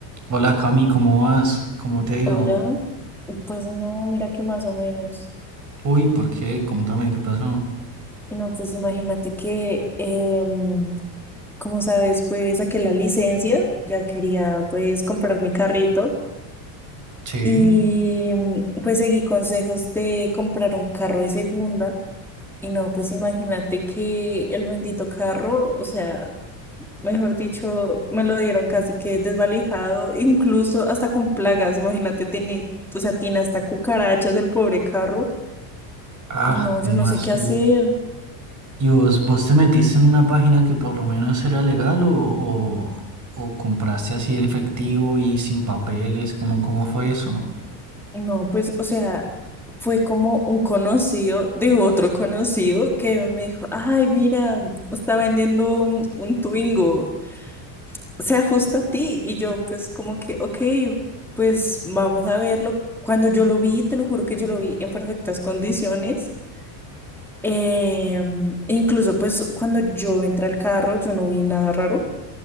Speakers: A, on the right; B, in the centre.
A: Hola Cami, ¿cómo vas? ¿Cómo te ha ido?
B: Hola, pues no, mira que más o menos.
A: Uy, ¿por qué? Contame, ¿qué pasó?
B: Y No, pues imagínate que, em, como sabes, pues saqué la licencia, ya quería pues comprar mi carrito
A: Sí,
B: y mm, pues seguí consejos de comprar un carro de segunda. Y no, pues imagínate que el bendito carro, o sea, mejor dicho, me lo dieron casi que desvalijado, incluso hasta con plagas, imagínate, tiene, o sea, tiene hasta cucarachas del pobre carro.
A: Ah,
B: No,
A: ¿cómo
B: yo no sé
A: así?
B: qué hacer.
A: ¿Y vos, vos te metiste en una página que por lo menos era legal o, o, o compraste así en efectivo y sin papeles? ¿Cómo, cómo fue eso?
B: No, pues, o sea, fue como un conocido de otro conocido que me dijo, ay, mira, está vendiendo un, un Twingo, se ajusta a ti. Y yo, pues, como que, ok, pues vamos a verlo. Cuando yo lo vi, te lo juro que yo lo vi en perfectas condiciones. Eh, incluso, pues, cuando yo entré al carro, yo no vi nada raro.